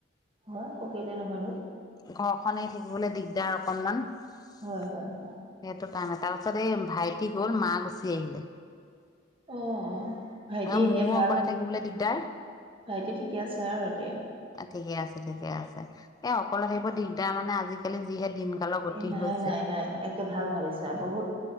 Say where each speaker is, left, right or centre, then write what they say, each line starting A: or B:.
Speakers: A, on the right; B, on the left.
A: হয় ককিলে নহয়নো।
B: ঘৰখন এৰি থাকিবলে দিগদাৰ অকণমান। সেইটো
A: হয় হয় হয়
B: টান এটাল <unintelligible> ভাইটি গ'ল মাক গুছি আহিলে।
A: অ অ ভাইটি
B: আ
A: এতিয়া
B: মোৰো
A: ভাল
B: অকলে থাকিবলৈ দি <unintelligible>
A: ভাইটি ঠিকে আছে আৰু এতিয়া।
B: ঠিকে ঠিকে আছে। এ অকলে থাকিব দিগদাৰ মানে আজিকালি যিহে দিনকালৰ গতি
A: এ, নাই
B: হৈছে
A: নাই নাই। একে ভাল ভাবিছা বহুত,